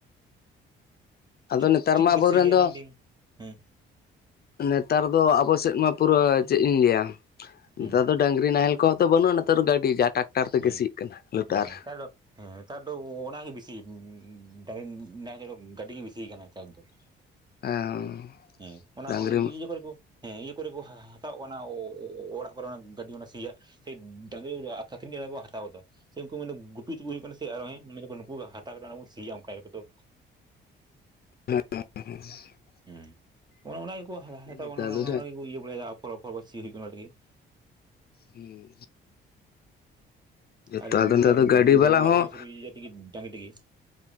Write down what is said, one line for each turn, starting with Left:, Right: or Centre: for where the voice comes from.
Left: ᱟᱫᱚ
Right: ᱪᱮᱫ
Left: ᱱᱮᱛᱟᱨ ᱢᱟ
Right: ᱛᱮᱯᱮ
Left: ᱟᱵᱳ
Right: ᱥᱤ
Left: ᱨᱮᱱ
Right: ᱜᱮᱭᱟ
Left: ᱫᱚ
Right: ᱢᱮᱱᱫᱟᱹᱧ ᱦᱮᱸ
Left: ᱱᱮᱛᱟᱨ ᱫᱚ ᱟᱵᱚ ᱥᱮᱫ ᱢᱟ ᱯᱩᱨᱟᱹ ᱪᱮᱫ ᱤᱧ ᱞᱟᱹᱭᱟ
Right: ᱦᱮᱸ
Left: ᱱᱮᱛᱟᱨ ᱫᱚ ᱰᱟᱹᱝᱨᱤ ᱱᱟᱦᱮᱞ ᱠᱚᱦᱚᱸ ᱛᱚ ᱵᱟᱹᱱᱩᱜᱼᱟ ᱱᱮᱛᱟᱨ ᱜᱟᱹᱰᱤ ᱡᱟ ᱴᱟᱠᱴᱟᱨ ᱛᱮᱜᱮ
Right: ᱦᱮᱸ
Left: ᱥᱤᱜ ᱠᱟᱱᱟ ᱞᱳᱴᱟᱨ
Right: ᱦᱮᱸ ᱱᱮᱛᱟᱨ ᱫᱚ ᱦᱮᱸ ᱱᱮᱛᱟᱨ ᱫᱚ ᱚᱱᱟ ᱜᱮ ᱵᱤᱥᱤ ᱰᱟᱝᱨᱤ ᱱᱟᱦᱮᱞ ᱜᱟᱹᱰᱤ ᱜᱮ ᱵᱤᱥᱤ ᱠᱟᱱᱟ ᱱᱮᱛᱟᱨ ᱫᱚᱼᱼ
Left: <inaudible> ᱦᱮᱸ
Right: ᱦᱮᱸ ᱚᱱᱟ
Left: ᱰᱟᱝᱨᱤ
Right: ᱤᱭᱟ. ᱠᱚ ᱨᱮ ᱠᱚᱼᱼ ᱦᱮᱸ ᱤᱭᱟᱹ ᱠᱚᱨᱮ ᱵᱚᱱ ᱦᱟ ᱼᱦᱟ ᱛᱟᱣ ᱚᱱᱟ ᱚᱼᱚ ᱲᱟᱜ ᱠᱚᱨᱮᱱᱟᱜ ᱜᱟᱹᱰᱤ ᱚᱱᱰᱮ ᱥᱤᱭᱟᱜᱭ ᱥᱮ ᱰᱟᱺᱝᱨᱤ ᱛᱟᱹᱠᱤᱱ <unintelligible> ᱠᱚ ᱦᱟᱛᱟᱣ ᱫᱟ ᱥᱮ ᱩᱱᱠᱩ ᱜᱩᱯᱤ ᱠᱚ ᱦᱩᱭᱩᱜ ᱠᱟᱱᱟ ᱥᱮ ᱟᱨ <unintelligible> <inaudible> ᱠᱟᱛᱮ ᱚᱱᱟ ᱵᱚᱱ ᱥᱤᱭᱟ ᱚᱱᱠᱟ ᱫᱚᱼᱼ
Left: ᱦᱮᱸᱮᱸ <inaudible>
Right: ᱦᱮᱸ ᱚᱱᱮ ᱚᱱᱟᱱᱟᱜ ᱜᱮᱠᱚ ᱞᱟᱦᱟ
Left: ᱱᱮᱛᱟᱨ
Right: ᱦᱟᱛᱟᱣ ᱚᱱᱟᱜ
Left: ᱫᱚ
Right: ᱜᱮᱠᱚ ᱤᱭᱟᱹ ᱵᱟᱲᱟᱭ ᱟᱯᱷᱚᱨ ᱟᱯᱷᱚᱨ ᱥᱤ ᱦᱩᱭᱩᱜ ᱠᱟᱱᱟ ᱚᱱᱟ ᱞᱟ. ᱜᱤᱫ᱾
Left: ᱦᱩᱸ ᱡᱚᱛᱚ
Right: ᱟᱨ <unintelligible>
Left: ᱟᱫᱚ ᱱᱮᱛᱟᱨ ᱫᱚ ᱜᱟᱹᱰᱤ ᱵᱟᱞᱟ ᱦᱚᱸ
Right: ᱞᱟᱦᱟ ᱨᱮ ᱰᱟᱝᱨᱤ ᱜᱮᱼᱼ